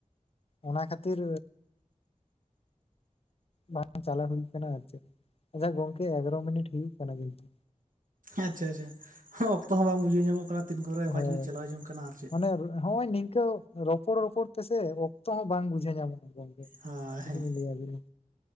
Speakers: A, on the left; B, on the right.
A: ᱚᱱᱟ ᱠᱷᱟᱹᱛᱤᱨᱼᱼ ᱵᱟᱝ ᱪᱟᱞᱟᱣ ᱦᱩᱭ ᱠᱟᱱᱟ ᱟᱨ ᱪᱮᱫ ᱟᱪᱪᱷᱟ ᱜᱚᱝᱠᱮ ᱮᱜᱟᱨᱚ ᱢᱤᱱᱤᱴ ᱦᱩᱭᱩᱜ ᱠᱟᱱᱟ ᱠᱤᱱᱛᱩ᱾
B: ᱟᱪᱪᱷᱟ ᱟᱪᱪᱷᱟ ᱚᱠᱛᱚ ᱦᱚᱸ ᱵᱟᱝ ᱵᱩᱡᱷᱟᱹᱣ ᱧᱟᱢᱚᱜ ᱠᱟᱱᱟ᱾ ᱛᱤᱱ ᱠᱚᱨᱮ ᱵᱷᱟᱹᱡᱽ
A: ᱦᱳᱭ
B: ᱵᱷᱩᱡᱽ ᱪᱟᱞᱟᱣ ᱡᱚᱝ ᱠᱟᱱᱟ ᱟᱨ ᱪᱮᱫ
A: ᱢᱟᱱᱮ ᱦᱚᱸᱜᱼᱚᱭ ᱱᱤᱝᱠᱟᱹᱼᱼ ᱨᱚᱯᱚᱲ ᱨᱚᱯᱚᱲ ᱛᱮᱥᱮ ᱚᱠᱛᱚ ᱦᱚᱸ ᱵᱟᱝ ᱵᱩᱡᱷᱟᱹᱣ ᱧᱟᱢᱚᱜᱼᱟ ᱜᱚᱢᱠᱮ
B: ᱦᱳᱭ
A: ᱪᱮᱫ
B: ᱦᱮᱸ
A: ᱞᱤᱧ ᱞᱟᱹᱭ ᱟᱵᱤᱱᱟ᱾